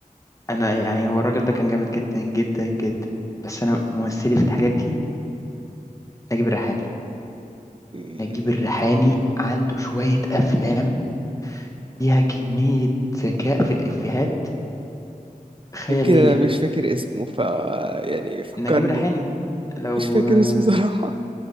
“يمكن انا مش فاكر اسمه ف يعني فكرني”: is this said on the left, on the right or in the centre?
Right